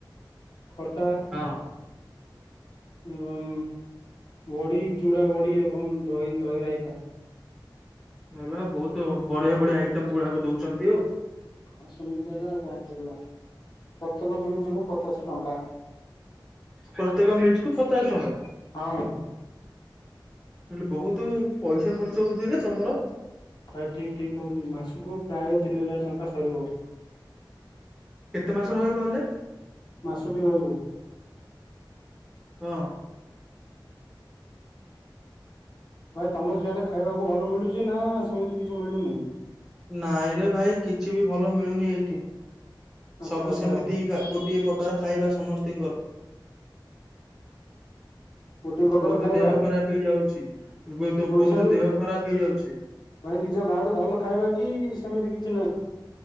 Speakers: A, on the left; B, in the centre.
A: ଖଟା।
B: ହଁ।
A: ଏବଂ ବଢି ଚୂଡା ବଢି ଏବଂ ଦହି ଦହି ରାଇତା।
B: ଗଲା ବହୁତ ବଢିଆ ବଢିଆ ଆଇଟମ ଗୁଡାକ ଦଉଛନ୍ତି ଆଉ।
A: ହଁ ସେମିତି ଏବେ ଆଉ କଣ କରିବା ପ୍ରତ୍ୟେକ ମିଲ୍ କୁୁ ପଚାଶ ଟଙ୍କା।
B: ପ୍ରତ୍ୟେକ ମିଲ୍ କୁ ପଚାଶ ଟଙ୍କା।
A: ହଁ
B: ହେଲେ ବହୁତ ପଇସା ଖର୍ଚ୍ଚ ହଉଚିରେ ତମର।
A: ଭାଇ ଠିକ୍ ଠିକ୍ କହୁଚୁ ମାସ କୁ ପ୍ରାୟ ତିନି ହଜାର ଟଙ୍କା ସରିବ।
B: କେତେ ମାସ ରହିବ ହେଲେ।
A: ମାସଟି ରହିବୁ।
B: ହଁ।
A: ଭାଇ ତମର ସିଆଡେ ଖାଇବାକୁ ଭଲ ମିଳୁଚି ନା ସେମିତି କିଛି ମିଳୁନି।
B: ନାଇଁରେ ଭାଇ କିଛି ବି ଭଲ ମିଳୁନି ଏଇଠି
A: ଆଚ୍ଛା
B: ସବୁ
A: ଆଚ୍ଛା
B: ସେମିତି ଗୋଟିଏ ପ୍ର ଦରକାର ଖାଇବା ସମସ୍ତିଙ୍କର।
A: ଗୋଟେ ପ୍ରକାର
B: ବହୁତ
A: ଖାଇବା
B: ଦେହ ଖରାପ ହେଇଯାଉଛି
A: ଓଡିଶାରୁ
B: ବହୁତ ଦେହ ଖରାପ ହେଇଯାଉଛି।
A: ଭାଇ ନିଜ ଗାଁ ରୁ ଭଲ ଖାଇବା କି ସେମିତି କିଛି ନାହିଁ।